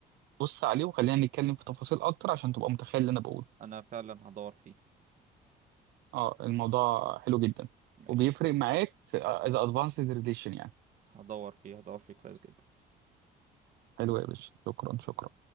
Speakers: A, on the right; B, on the right.
A: بص عليه وخلينا نتكلم في تفاصيل اكتر عشان تبقى متخيل اللي انا بقوله
B: انا فعلا هدور فيه
A: اه الموضوع حلو جدا
B: ماشي
A: وبيفرق معاك آه، اذا ادفانسد ريليشن يعني
B: هدور فيه هدور فيه كويس جدا
A: حلو يا باشا شكرا شكرا